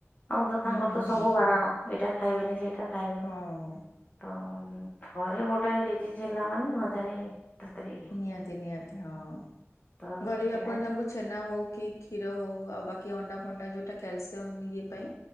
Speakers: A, on the left; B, on the left.
A: ଆଉ ତ ତାଙ୍କର
B: ହୁଁ ହୁଁ
A: ତ ସବୁ
B: ହୁଁ
A: ବାରଣ ଏଇଟା ଖାଇବେନି ସେଇଟା ଖାଇବେନି।
B: ହଉ
A: ତ ଥରେ ଗୋଟେ ଡିଜିଜି ହେଲା ମାନେ ହଜାରେ ତା ଦେହରେ ଇଏ
B: ନିହାତି, ନିହାତି ହଁ
A: ତ
B: ଘରେ
A: ସେଥିଲାଗି
B: ବି ଆପଣ ଜଙ୍କୁ ଛେନା ହଉ କି କ୍ଷୀର ହଉ ଆଉ ବାକି ଅଣ୍ଡା ଫଣ୍ଡା ଯୋଉଟା କ୍ୟାଲସିୟମ୍ ଇଏ ପାଇଁ